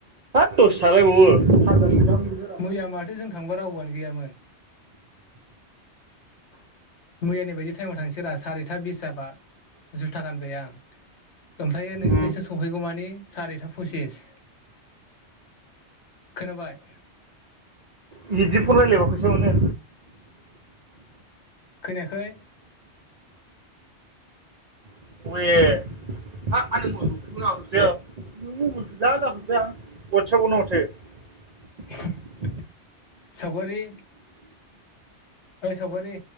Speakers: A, on the right; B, on the left.
A: दसे थालायबावो। हाजारसे गाहाम मोनोरा
B: मैया माथो जों थांबा रावबोआनो गैयामोनल मैयानि बायदि। टाइमाव थांसैरा सारिथा बिस जाबा जुथा गानबाय आं ओमफ्रायायो नोंसोरनिसिम
A: उम
B: सहैगौ मानि सारिथा फसिस खोनाबाय।
A: बिबदि फन रायलायबा फैसा मोनो।
B: खोनायाखै।
A: <unintelligible>
B: <inaudible>
A: <inaudible> <inaudible>
B: सावगारि ओइ सावगारि